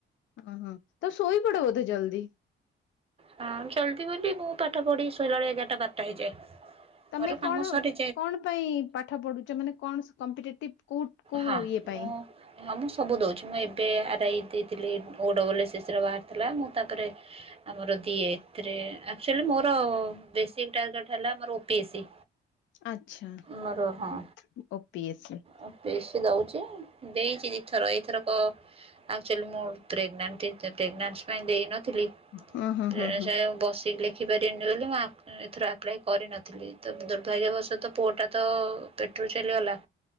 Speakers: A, on the left; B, on the right.
A: ଅ ହଁ ତ ଶୋଇ ପଡ ବୋଧେ ଜଲ୍ଦି?
B: ହଁ ଜଲଦି ବୋଲି ମୁଁ ପାଠ ପଢି ଶୋଇଲା ବେଳେ ଏଗାରଟା ବାରଟା ହେଇଯାଏ
A: ତମେ
B: ମୋର
A: କଣ
B: କାମ ସରି
A: କଣ ପାଇଁ ପାଠ ପଢୁଛ ମାନେ କଣ ସ କମ୍ପିଟେଟିଭ କୋଉ କୋଉ
B: ହଁ
A: ଇଏ ପାଇଁ?
B: ମୁଁ ହଁ ମୁଁ ସବୁ ଦଉଛି ମୁଁ ଏବେ ଆର୍ ଆଇ ଦେଇଥିଲି ଓ ଡବଲ୍ ଏସ୍ ଏସ୍ ସି ର ବାହାରିଥିଲା ମୁଁ ତାପରେ। ହ! ଆମର ଦିଏ ଏଥିରେ ଆକଚୁଲି ମୋର ବେଶୀ ଟାର୍ଗେଟ ହେଲା ମୋର ଓ ପି ଏ ସି।
A: ଆଚ୍ଛା
B: ମୋର ହଁ
A: ଓ O P A C.
B: O P A C ଦଉଛି ଦେଇଛି ଦିଥର ଏଇଥରକ। ଆକ୍ଚୁଆଲି ମୁଁ ପ୍ରେଗନେଣ୍ଟ ତି ପ୍ରେଗନେନ୍ସ୍ ପାଇଁ ଦେଇନଥିଲି--ଦେଇନଥିଲି।
A: ହଁ ହଁ
B: ପ୍ରେଣେସାୟ
A: ହଁ ହଁ
B: ବସିିକିଲେକ୍ ଶଖିପାରିବିନି ବୋଲି, ମୁଁ ଆପ୍ ଏଥିର ଆପ୍ଲାଏ କରିନଥିଲି। ତ ଦୁର୍ଭାଗ୍ୟବଶ ତ ପୁଅଟା ତ-ଅ ପେଟରୁ ଚାଲିଗଲା।